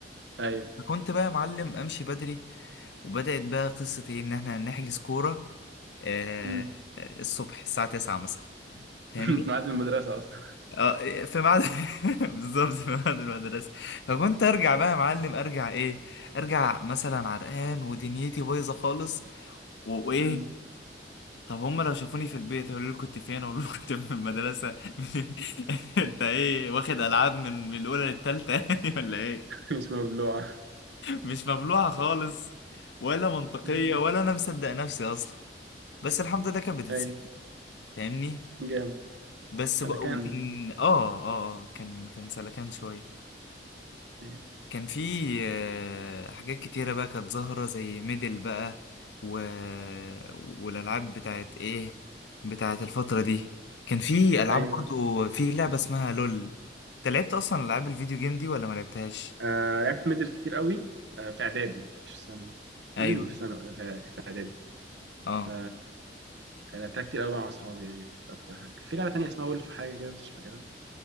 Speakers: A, on the right (about 75°); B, on the left (about 75°).
A: ايوه
B: فكنت بقى يا معلم امشي بدري وبدأت بقى قصة ايه ان احنا نحجز كورة آه...
A: امم
B: آه، الصبح الساعة 9 مثلا فاهمني
A: <laughs> معاد المدرسة اصلا
B: اه في ميعاد <laughs> بالظبط في ميعاد المدرسة فكنت ارجع بقى يا معلم ارجع ايه ارجع مثلا عرقان ودنيتي بايظة خالص و- وايه
A: امم
B: طب هم لو شافوني في البيت هيقولوا لي كنت فين اقول لهم <laughs> كنت في المدرسة <laughs> انت
A: <laughs>
B: ايه واخد العاب من من الاولى للتالتة يعني <laughs> ولا ايه
A: مش مبلوعة
B: مش مبلوعة خالص ولا منطقية
A: امم
B: ولا انا مصدق نفسي اصلا بس الحمد لله كانت بتتستر
A: ايوه
B: فاهمني
A: جامد
B: بس
A: سلكان
B: بقى وكان
A: ده
B: اه اه آه، كان كان سلكان شوية
A: ايوه
B: كان في آه، حاجات كتيرة بقى كانت ظاهرة زي ميدل بقى و... والألعاب بتاعت إيه بتاعت الفترة دي كان في ألعاب
A: ايوه
B: برضو في لعبة اسمها لول أنت لعبت أصلا ألعاب الفيديو جيم دي ولا ما لعبتهاش؟
A: آه لعبت ميدل كتير قوي آه في اعدادي مش في ثانوي
B: أيوه
A: ميدل في ثانوي في في اعدادي
B: أه
A: ف كان لعبتها كتير قوي بقى مع اصحابي يعني كانت اكتر حاجة في لعبة تانية اسمها ولف حاجة كده مش فاكرها